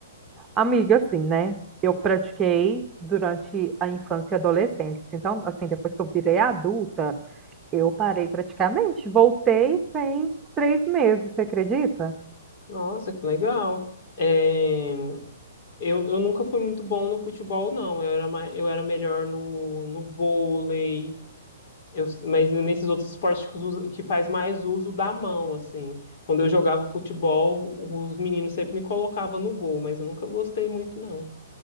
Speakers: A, on the right; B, on the left.
A: Amiga, assim, né? Eu pratiquei durante a infância e adolescência. Então, assim, depois que eu virei adulta, eu parei praticamente. Voltei tem três meses, você acredita?
B: Nossa, que legal. É, eu, eu nunca fui muito bom no futebol, não. Eu era, mais, eu era melhor no, no vôlei, eu, mas nesses outros esportes que, usa- que faz mais uso da mão, assim. Quando eu jogava futebol, os meninos sempre me colocavam no gol, mas eu nunca gostei muito, não.